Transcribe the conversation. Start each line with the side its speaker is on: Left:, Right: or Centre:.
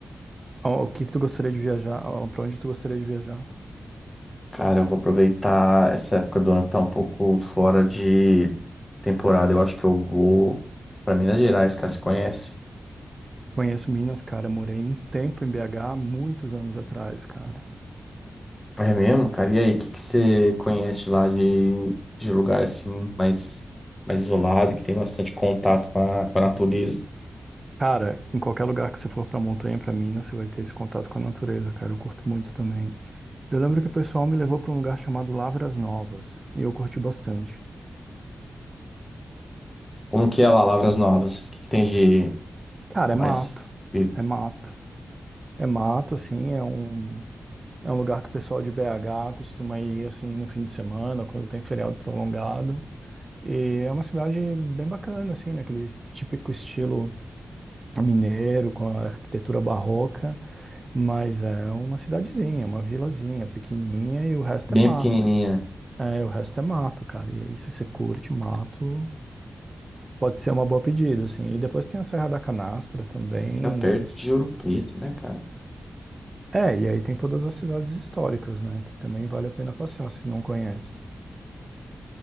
Right: Ó, O que que tu gostaria de viajar? Ó, Pra onde tu gostaria de viajar?
Left: Cara, eu vou aproveitar essa época do ano que tá um pouco fora de temporada. Eu acho que eu vou. Pra Minas Gerais, cara, você conhece?
Right: Conheço Minas, cara. Eu Morei um tempo em BH, muitos anos atrás, cara.
Left: É mesmo, cara? E aí, o que que você conhece lá de, de lugar assim, mais, mais isolado, que tem bastante contato com a, com a natureza?
Right: Cara, em qualquer lugar que você for pra montanha, pra Minas, você vai ter esse contato com a natureza, cara. Eu curto muito também. Eu lembro que o pessoal me levou pra um lugar chamado Lavras Novas, e eu curti bastante.
Left: Como que é lá, Lavras Novas? O que que tem de
Right: Cara,
Left: mais
Right: é mato.
Left: de-
Right: É mato. É mato, assim, é um, é um lugar que o pessoal de BH costuma ir, assim, no fim de semana, quando tem feriado prolongado. E é uma cidade bem bacana, assim, naquele típico estilo mineiro, com a arquitetura barroca, mas é uma cidadezinha, uma vilazinha pequenininha e o resto
Left: bem
Right: é mato,
Left: pequenininha?
Right: assim. É, o resto é mato, cara. E aí, se você curte mato, pode ser uma boa pedida, assim. E depois tem a Serra da Canastra também.
Left: Fica perto de Ouro Preto, né, cara?
Right: É, e aí tem todas as cidades históricas, né, que também vale a pena passear, se não conhece.